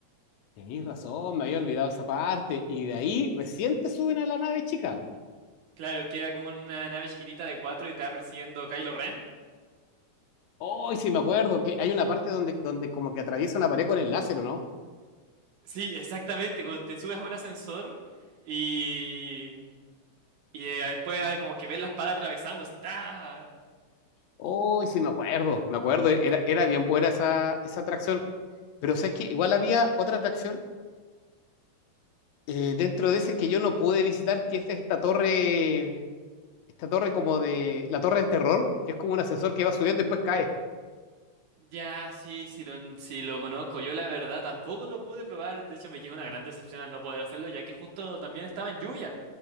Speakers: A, on the left; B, on the right.
A: Tenís razón, me había olvidado esa parte, y de ahí recién te suben a la nave de Chicago.
B: Claro, queda como una nave chiquitita de cuatro y te va persiguiendo Kylo Ren.
A: Hoy sí me acuerdo que hay una parte donde, donde como que atraviesa una pared con el láser, ¿o no?
B: Sí, exactamente, cuando te subes a un ascensor y... Y eh, después ah, como que ves la espada atravesando, así, ¡ta!
A: Hoy sí me acuerdo, me acuerdo, era, era bien buena esa, esa atracción, pero sabes que igual había otra atracción eh, dentro de ese que yo no pude visitar, que es esta torre esta torre como de la torre del terror, que es como un ascensor que va subiendo y después cae.
B: Ya, sí, sí lo, sí lo conozco. Yo la verdad tampoco lo pude probar. De hecho, me llevé una gran decepción al no poder hacerlo, ya que justo también estaba en lluvia.